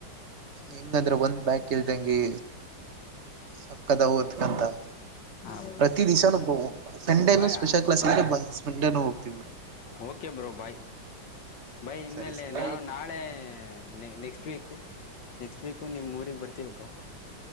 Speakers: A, on the right; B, on the left.
A: ಹಿಂಗಂದ್ರೆ ಒಂದ್ ಬ್ಯಾಕ್ ಇಲ್ದಂಗಿ. ಸಕ್ಕತ್ತಾಗಿ ಹೊಯ್ತತದೇ ಅಂತ
B: ಹಾಂ
A: ಪ್ರತಿ ದಿವ್ಸ ಸಂಡೇ
B: ಬಾಯಾ
A: ನು ಸ್ಪೆಷಲ್ ಕ್ಲಾಸ್ <inaudible> ಸಂಡೇನೂ. ತೀವ್ ಬ್ರೋ
B: ಓಕೆ ಬ್ರೋ ಬಾಯ್
A: ಹ್ಮ್
B: ಭಾಯ್ ಇನ್ಮೇಲೆ
A: ಸರಿ ಸರಿ
B: ನಾವು ನಾಳೆ ನೆಕ್ಸ್ಟ್ ವೀಕು ನೆಕ್ಸ್ಟ್ ವೀಕು ನಿಮ್ಮೂರಿಗ್ ಬರ್ತೀವಿ ಬ್ರೋ